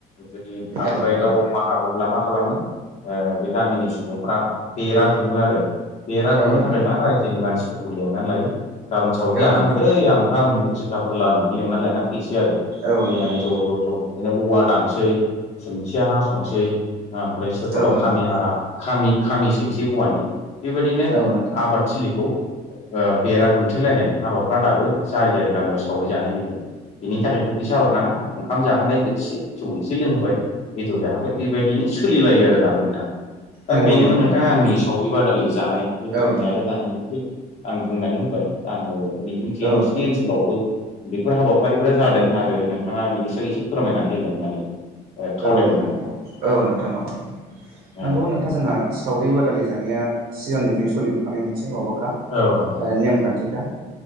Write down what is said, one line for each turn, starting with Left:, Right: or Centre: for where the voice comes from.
Left: जुदि बांद्राय
Right: औ नोंथां
Left: दाउ अमा हाबोब्ला मा खालामो बे गामिनि सुबुंफ्रा बेरा दुमो आरो। बेरा दुमनो
Right: औ नोंथां
Left: थाखाय मा रायजोनि मानसिफोरखौ लेंनानै लायो। गाबोन सावरि
Right: औ
Left: जानांगौलै
Right: नोंथां
Left: आमोखा उमुख जिंखा फोरला होननानै लेंना लायना फैनोसै आरो।
Right: औ
Left: फैनानै
Right: नोंथां
Left: ज' ज' ज' बिदिनो औवा दानसै सुन्थिया हास'नोसै। ओमफ्राय सोरबाबा
Right: औ नोंथां औ नोंथां
Left: खामि हारा खामि खामि सैनिसै औवानि बेबायदिनो
Right: औ नोंथां
Left: आबादथिलिखौ ओ बेरा दुमथेलायनाय हाबाफ्रा दाबो जायो आरो गामियाव सावरि जानायनि गेजेरजों। बेनि थाखायल' फैसा हरनाङा ओंखाम जाहोनाय बोथिसे जौ एसे लोंहोबाय। बेदर जाहोबाय, बेबायदिनो सोलिलायो आरो दाबो नोंथां। दा
Right: नंगौ
Left: बेनोमोन
Right: नोंथां
Left: नोंथाङा आंनि सावरि बादालि जानाय गोदोनि
Right: औ नोंथां औ नोंथां
Left: आरो दानि एसे आं बुंनानै होबाय आङो मिजिंथियो
Right: औ
Left: नोंसिनि ओनसोलावबो बेफोर हाबाफारिफ्रा जादों आरो नोंथाङा बिनि सायाव एसे फोरमायनानै होगोन होननानै ओ खावलायबाय
Right: औ नोंथाङो
Left: नोंथांखौ
Right: औ नोंथां औ
Left: औ
Right: नंगौ नोंथां जोंहा सावरि बादालि जानाया सिगांनिफ्रायनो सोलिबोखानाय मोनसे माबाखा
Left: औ नोंथां
Right: ओ नेमखान्थिखा